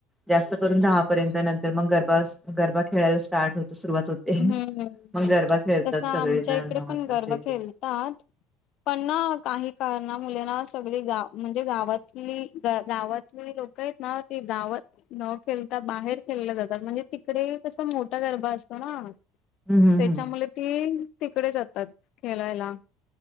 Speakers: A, in the centre; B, on the left (about 55°).
A: जास्त करून नऊ दहापर्यंत नंतर मग गरबा गरबा खेळायला स्टार्ट होतं सुरुवात ते
B: हम्म.
A: मग गरबा खेळतात
B: तसं आमच्या
A: सगळे जण
B: इकडे पण
A: त्याच्या
B: गरबा
A: इथं
B: <unintelligible> पण ना काही कारणांमुळे मुलांना सगळी गाव म्हणजे गावातली गावात लोकं आहेत ना ते गावात न खेळता बाहेर खेळल्या जातात म्हणजे तिकडे तसा मोठा गरबा असतो असतो ना
A: हम्म हम्म
B: त्याच्यामुळे
A: हम्म
B: ती तिकडे जातात खेळायला